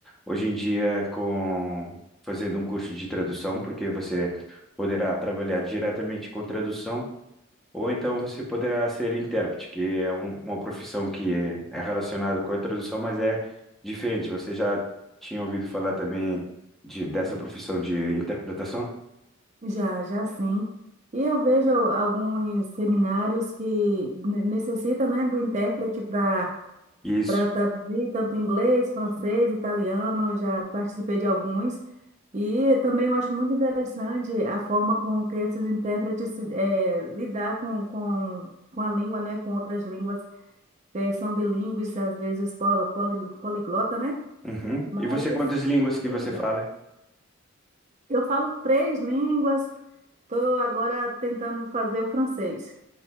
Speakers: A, in the centre; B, on the right (about 35°).
A: hoje em dia com fazendo um curso de tradução, porque você poderá trabalhar diretamente com tradução, ou então você poderá ser intérprete, que é um- uma profissão que é é relacionada com a tradução, mas é diferente. Você já tinha ouvido falar também de, dessa profissão de interpretação?
B: Já, já sim. E eu vejo alguns seminários que ne- necessitam, né, do intérprete para
A: Isso.
B: para traduzir tanto inglês, francês, italiano, eu já participei de alguns. E também eu acho muito interessante a forma com que esses intérpretes se- eh, lidar com, com, com a língua, né, com outras línguas, eh, são bilíngues, às vezes poli, poli- poliglota, né?
A: Uhum.
B: Mas
A: E você, quantas línguas que
B: não.
A: você fala?
B: Eu falo três línguas, estou agora tentando fazer o francês.